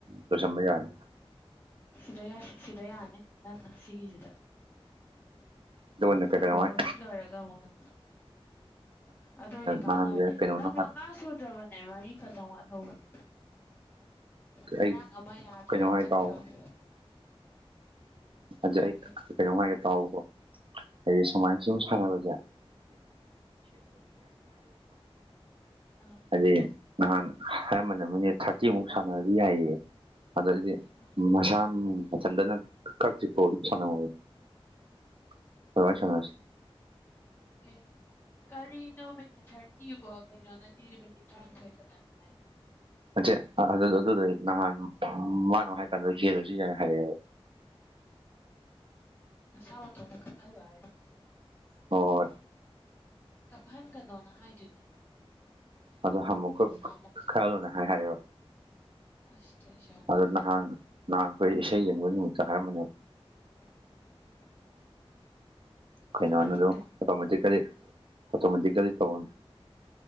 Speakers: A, on the right; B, on the left.
A: ꯂꯣꯏꯁꯟꯕ ꯌꯥꯔꯦ
B: ꯁꯤꯗ ꯌꯥꯁꯤ ꯁꯤꯗ ꯌꯥꯅꯤ ꯅꯪ ꯑꯁꯤꯒꯤꯁꯤꯗ
A: ꯑꯗꯨꯒꯅꯦ ꯀꯩ
B: ꯇꯧꯔꯛꯑꯣ
A: ꯀꯩꯅꯣ ꯍꯥꯏ
B: ꯑꯁꯤ ꯂꯣꯏꯔꯒ ꯑꯃꯨꯛ ꯅꯪ ꯑꯗꯨꯑꯣꯏꯗꯤ ꯀꯥꯟꯅꯅꯤ
A: ꯅꯍꯥꯟꯁꯦ ꯀꯩꯅꯣꯅ
B: ꯅꯪ
A: ꯍꯥꯏꯕ
B: ꯃꯉꯥ ꯁꯨꯗ꯭ꯔꯕꯅꯦ ꯃꯥꯔꯤ ꯐꯅ ꯋꯥꯠꯍꯧꯕꯅꯦ ꯉꯔꯥꯡ
A: ꯑꯩ
B: ꯑꯃꯥ ꯌꯥꯗꯕꯗ
A: ꯀꯩꯅꯣ ꯍꯥꯏ
B: ꯆꯠꯈ꯭ꯔꯕꯅꯦꯕ
A: ꯇꯥꯎꯕ ꯑꯗꯨ ꯑꯩ
B: ꯀꯩ
A: ꯀꯩꯅꯣꯝ ꯍꯥꯏꯒꯦ ꯇꯥꯎꯕꯀꯣ ꯍꯥꯏꯗꯤ ꯁꯨꯃꯥꯏꯅ ꯁꯨꯝ ꯁꯥꯟꯅꯕ
B: ꯑꯥ
A: <unintelligible> ꯅꯍꯥꯟ ꯍꯥꯏꯔꯝꯕꯅꯦꯕ ꯃꯤꯅꯤꯠ ꯊꯥꯔꯇꯤꯃꯨꯛ ꯁꯥꯟꯅꯔꯗꯤ ꯌꯥꯏꯌꯦ ꯑꯗꯨ ꯑꯣꯏꯗꯤ
B: ꯑꯥ
A: ꯃꯁꯥ ꯃꯊꯟꯇꯅ ꯀꯇ꯭ꯔꯤꯄꯧ ꯑꯗꯨꯝ ꯁꯅꯧ <unintelligible>
B: ꯑꯦ ꯀꯔꯤꯅꯣ ꯃꯤꯅꯤꯠ ꯊꯥꯔꯇꯤꯕꯣ ꯀꯩꯅꯣꯅꯗꯤ ꯃꯤꯅꯤꯠ ꯇꯔꯥꯅꯤꯊꯣꯏ ꯈꯛꯇꯪ ꯍꯥꯏ
A: ꯑꯆꯦ ꯑꯗꯨ ꯑꯗꯨꯗꯣ ꯅꯍꯥꯟ ꯃꯥꯅ ꯍꯥꯏ ꯀꯥꯟꯗ ꯍꯦꯜꯂꯁꯨ ꯌꯥꯏ ꯍꯥꯏꯌꯦꯕ
B: ꯑꯁꯥ ꯃꯇꯣꯟꯗ ꯀꯞꯐꯂꯣ ꯍꯥꯏꯔꯣ
A: ꯍꯣꯏ
B: ꯀꯞꯐꯟꯒꯅꯣꯅ ꯍꯥꯏꯗꯨꯗꯤ
A: ꯑꯗꯣ ꯑꯃꯨꯛꯀ
B: ꯅꯍꯥꯟꯃꯨꯛꯇꯤ
A: ꯈꯔꯂꯣꯅ ꯍꯥꯏ ꯍꯥꯏꯌꯣ
B: ꯑꯁ ꯑꯩꯖꯦ ꯌꯥꯝ
A: ꯑꯗꯣ ꯅꯍꯥꯟ ꯅꯍꯥꯟ ꯑꯩꯈꯣꯏ ꯏꯁꯩ ꯌꯦꯡꯕ ꯅꯨꯃꯤꯠꯇ ꯍꯥꯏꯔꯝꯕꯅꯦꯕ
B: <unintelligible>
A: ꯀꯩꯅꯥꯅꯅꯣ
B: ꯈꯪꯗꯦ
A: ꯑꯣꯇꯣꯃꯦꯇꯤꯀꯦꯜꯂꯤ ꯑꯣꯇꯣꯃꯦꯇꯤꯀꯦꯜꯂꯤ ꯇꯧꯔꯣ